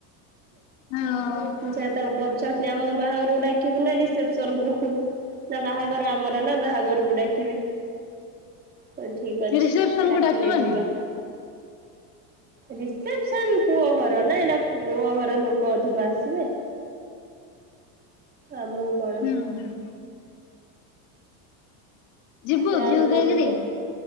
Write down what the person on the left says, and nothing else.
ହଁ।
ରିସେପସନ
କୁ ଡାକିବନି?
ହୁଁ ହୁଁ। ଯିବୁ
ଝିଅ
ଦେଇକିରି?